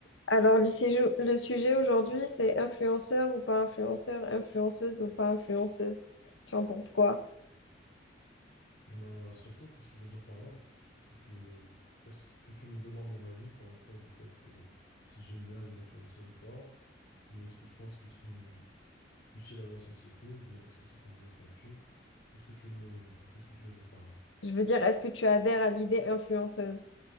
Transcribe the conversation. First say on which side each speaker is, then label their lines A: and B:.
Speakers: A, on the left; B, on the left.
A: Alors, le sujet, le sujet aujourd'hui, c'est influenceur ou pas influenceur, influenceuse ou pas influenceuse. Tu en penses quoi?
B: Bah, surtout, qu'est-ce que tu veux dire par là? Est-ce que tu, est-ce que tu me demandes mon avis par rapport au fait euh, si j'aime bien les influenceurs ou pas? Mais est-ce que je pense qu'ils sont utiles à la société ou bien est-ce que c'est un vrai statut? Qu'est-ce que tu veux, qu'est-ce que tu veux dire par là?
A: Je veux dire, est-ce que tu adhères à l'idée influenceuse?